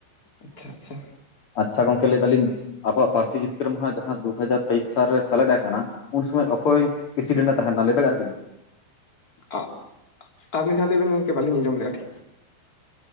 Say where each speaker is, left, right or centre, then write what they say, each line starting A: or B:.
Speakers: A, on the left (about 20°); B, on the left (about 45°).
A: ᱟᱪᱪᱷᱟ ᱟᱪᱪᱷᱟ᱾
B: ᱟᱪᱪᱷᱟ ᱜᱚᱝᱠᱮ ᱞᱟᱹᱭ ᱫᱟᱞᱤᱧ ᱟᱵᱚᱣᱟᱜ ᱯᱟᱹᱨᱥᱤ ᱡᱤᱛᱟᱹᱨ ᱢᱟᱦᱟ ᱡᱟᱦᱟᱸ ᱫᱩ ᱦᱟᱡᱟᱨ ᱛᱮᱭᱤᱥ ᱥᱟᱞ ᱨᱮ ᱥᱮᱞᱮᱫ ᱟᱠᱟᱱᱟ ᱩᱱ ᱥᱚᱢᱚᱭ ᱚᱠᱚᱭ ᱯᱨᱮᱥᱤᱰᱮᱱᱴ ᱮ ᱛᱟᱦᱮᱱᱟ ᱞᱟᱹᱭ ᱫᱟᱲᱮᱭᱟᱜ ᱵᱤᱱ?
A: ᱟ ᱟᱨ ᱢᱤᱫ ᱫᱷᱟᱣ ᱞᱮ ᱵᱮᱱ ᱜᱚᱝᱠᱮ ᱵᱟᱟᱹᱞᱤᱧ ᱟᱸᱡᱚᱢ ᱞᱮᱫᱟ ᱴᱷᱤᱠ᱾